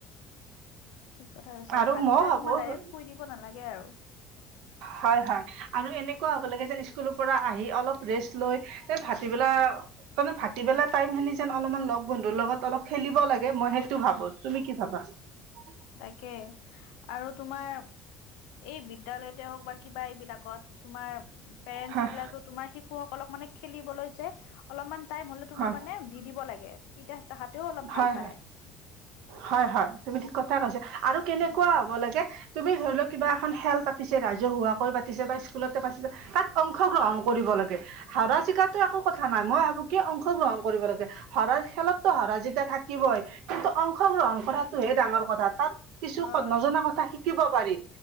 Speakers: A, on the left; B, on the right.
A: ঠিক কথা কৈছা,
B: আৰু
A: ভাত
B: মই
A: খাই
B: ভাবো
A: তোমাৰ ডাইৰেক্ট শুই দিব নালাগে আৰু।
B: হয় হয়, আৰু এনেকুৱা হ'ব লাগে যেন স্কুলৰ পৰা আহি অলপ ৰেষ্ট লৈ যে ভাটিবেলা তাৰমানে ভাটিবেলা টাইম খিনি যেন অলপমান লগ বন্ধুৰ লগত অলপ খেলিব লাগে, মই সেইটো ভাবো, তুমি কি ভাবা? বা
A: তাকে, আৰু তোমাৰ এই বিদ্যালয়তে হওক বা কিবা এইবিলাকত তোমাৰ পেৰেন্টচ
B: হয়
A: বিলাকেও তোমাৰ শিশু সকলক মানে খেলিবলৈ যে অলপমান টাইম হ'লেও, তোমাৰ
B: হয়
A: মানে দি দিব লাগে। তেতিয়া তাহাঁতেও অলপ ভাল
B: হয়
A: পায়।
B: হয়, হয় হয় তুমি ঠিক কথাই কৈছা, আৰু কেনেকুৱা
A: উম,
B: হ'ব লাগে তুমি ধৰি লোৱা, কিবা এখন খেল পাতিছে ৰাজহুৱাকৈ পাতিছে বা স্কুলতে পাতিছে, তাত অংশগ্ৰহণ কৰিব ব লাগে, হৰা জিকাটো একো কথা নাই, মই ভাবো কি অংশগ্ৰহণ কৰিব লাগে, হৰা-খেলততো হৰা জিকা থাকিবই, কিন্তু অংশগ্ৰহণ কৰাটোহে ডাঙৰ কথা, তাত কিছু
A: অ',
B: নজনা কথা শি শিকিব পাৰি,